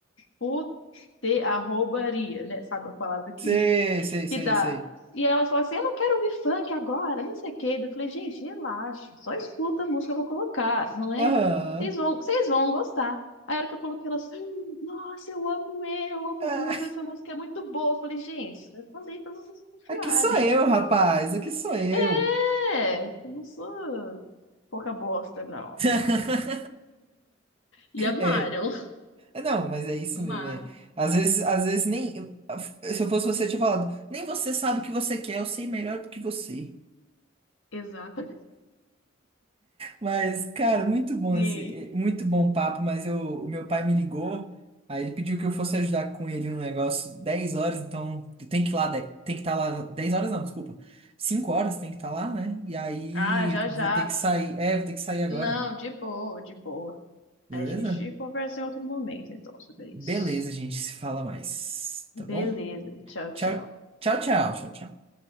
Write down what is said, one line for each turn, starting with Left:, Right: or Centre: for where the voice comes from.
Left: pu, te, arrobaria, né? Sabe a palavra que
Right: Sei, sei,
Left: que
Right: sei,
Left: dá.
Right: sei.
Left: E aí elas falam assim, eu não quero ouvir funk agora, não sei o quê. Eu falei, gente, relaxa, só escuta a música que eu vou colocar, não é?
Right: Aham.
Left: Vocês vão, vocês vão gostar. Aí a hora que eu coloquei elas, "Hum, nossa, eu amo ele, eu amo
Right: Ah,
Left: o Rubens, essa música é muito boa. Eu falei, gente, eu falei pra vocês confiarem.
Right: aqui sou eu, rapaz, aqui sou
Left: <laughs>
Right: eu.
Left: É, eu não sou pouca bosta, não.
Right: <laughs>
Left: E amaram.
Right: É, é, não, mas é isso
Left: Amaram.
Right: mesmo, é. Às vezes, às vezes nem. Se eu fosse você, eu tinha falado, nem você sabe o que você quer, eu sei melhor do que você.
Left: Exato.
Right: Mas, cara, muito bom
Left: Sim.
Right: esse, eh, muito bom papo, mas eu, o meu pai me ligou, aí ele pediu que eu fosse ajudar com ele no negócio 10 horas, então tu tem que ir lá, de- tem que estar lá, 10 horas não, desculpa, 5 horas tem que estar lá, né? E aí
Left: Ah, já, já.
Right: vou ter que sair, é, vou ter que sair agora,
Left: Não, de boa, de boa.
Right: beleza?
Left: A gente conversa em outro momento, então, sobre
Right: Beleza,
Left: isso.
Right: gente, se fala mais,
Left: Beleza.
Right: tá bom?
Left: Tchau, tchau.
Right: Tchau, tchau, tchau, tchau, tchau.